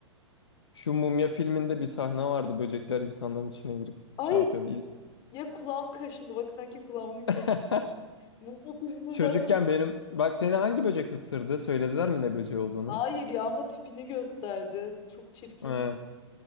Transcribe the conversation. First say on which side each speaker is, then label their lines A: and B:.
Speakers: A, on the left; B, on the left.
A: Şu Mumya filminde bir sahne vardı böcekler insanların içine girip
B: Ay
A: şey yapıyordu. İz-
B: ya kulağım kaşındı bak sanki kulağımın içi.
A: <laughs>
B: Bu bu filmde
A: Çocukken
B: zaten
A: benim bak seni hangi böcek ısırdı? Söylediler mi ne böceği olduğunu?
B: Hayır ya ama tipini gösterdi. Çok çirkin.
A: Ee,